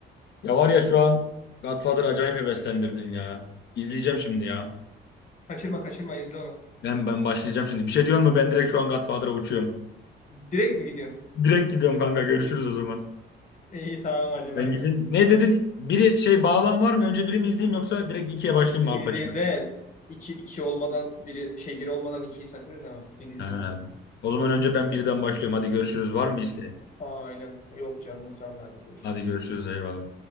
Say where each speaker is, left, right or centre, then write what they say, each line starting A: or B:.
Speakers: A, on the left (about 60°); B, on the left (about 40°).
A: Ya var ya şu an Godfather acayip heveslendirdin ya. İzleyeceğim şimdi ya.
B: Kaçırma kaçırma izle onu.
A: Ben ben başlayacağım şimdi. Bir şey diyor mu? Ben direkt şu an Godfather'a uçuyorum.
B: Direkt mi gidiyorsun?
A: Direkt gidiyorum kanka. Görüşürüz o zaman.
B: İyi tamam hadi
A: Ben
B: bay
A: gideyim.
B: bay.
A: Ne dedin? Biri şey bağlam var mı? Önce biri mi izleyeyim yoksa direkt ikiye başlayayım
B: İzle
A: mı Al Pacino?
B: izle. İki, iki olmadan biri şey biri olmadan ikiyi sakın izleme. Biri izle
A: He.
B: önce.
A: O zaman önce ben birden başlıyorum. Hadi görüşürüz. Var mı bir isteğin?
B: Aynen. Yok canım sağ ol hadi görüşürüz.
A: Hadi görüşürüz. Eyvallah.